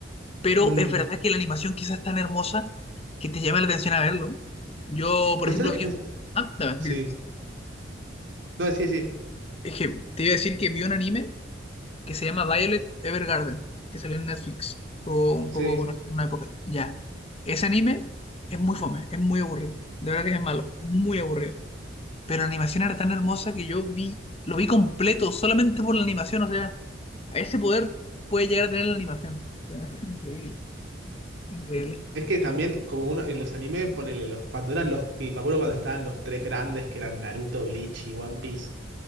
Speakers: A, on the left (about 30°); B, on the right (about 85°).
A: pero
B: mm,
A: es verdad que la animación quizás es tan hermosa que te llama la atención a verlo. Yo, por
B: pues
A: ejemplo,
B: es lo que.
A: vi... Ah, dame,
B: Sí.
A: dime.
B: No, sí, sí.
A: Es que te iba a decir que vi un anime que se llama Violet Evergarden, que salió en Netflix. Fue un
B: Sí.
A: poco conocido en una época. Ya. Ese anime es muy fome, es muy aburrido. De verdad que es malo, es muy aburrido. Pero la animación era tan hermosa que yo vi, lo vi completo solamente por la animación. O sea, a ese poder puede llegar a tener la animación. O sea, <laughs> increíble, increíble.
B: Es que también, como uno, en los animes, ponele, los, cuando eran los, que- me acuerdo cuando estaban los tres grandes, que eran Naruto, Bleach y One Piece,